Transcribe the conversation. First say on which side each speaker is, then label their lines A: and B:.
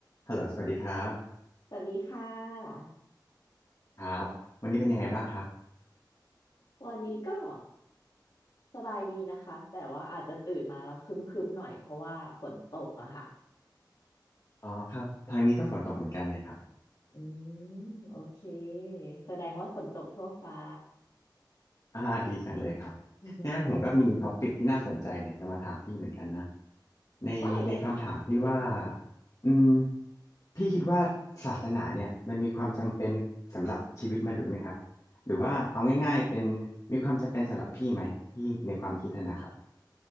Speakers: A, on the left (about 45°); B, on the left (about 65°).
A: ฮัลโหลสวัสดีครับ
B: สวัสดีค่ะ
A: ครับวันนี้เป็นยังไงบ้างครับ
B: วันนี้ก็สบายดีนะคะแต่ว่าอาจจะตื่นมาแล้วครึ้มๆหน่อยเพราะว่าฝนตกอะค่ะ
A: อ๋อครับทางนี้ก็ฝนตกเหมือนกันเลยครับ
B: อืมโอเคแสดงว่าฝนตกทั่วฟ้า
A: อ่าดีจังเลยครับเนี่ยผมก็มีท็อปิกที่น่าสนใจเนี่ยจะมาถามพี่เหมือนกันนะ
B: <laughs>
A: ในในคำถามที่ว่า
B: ได้เลยค่ะ
A: อืมพี่คิดว่าศาสนาเนี่ยมันมีความจำเป็นสำหรับชีวิตมนุษย์ไหมครับหรือว่าเอาง่ายๆเป็นมีความจำเป็นสำหรับพี่ไหมพี่ในความคิดอะนะครับ